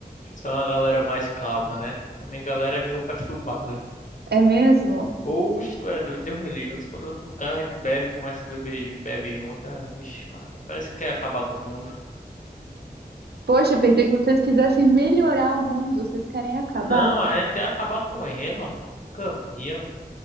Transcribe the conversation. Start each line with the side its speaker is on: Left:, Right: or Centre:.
Left: São uma galera mais calma, né? A minha galera é meio perturbada.
Right: É mesmo?
Left: Oxe, tu é doido, Deus me livre. Mas Quando o cara bebe, começa a beber, bebe junto, ah, vixe, Maria, parece que quer acabar com o mundo.
Right: Poxa, pensei que vocês quisessem melhorar o mundo, vocês querem acabar?
Left: Não, a gente quer acabar com ele, ó. Nunca via.